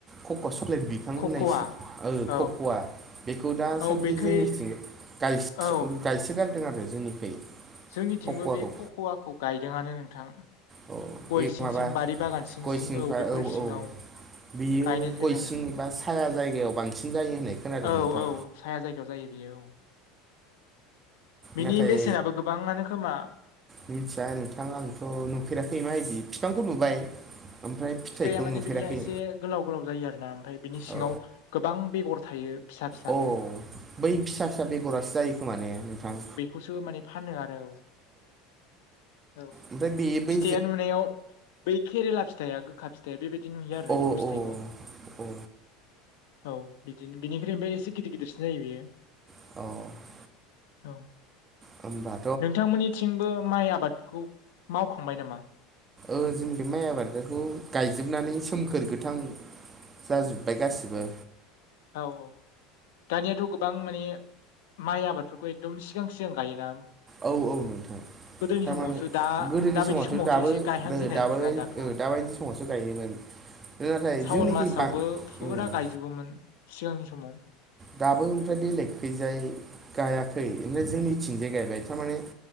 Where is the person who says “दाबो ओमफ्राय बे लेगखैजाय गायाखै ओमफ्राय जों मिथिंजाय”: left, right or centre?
Right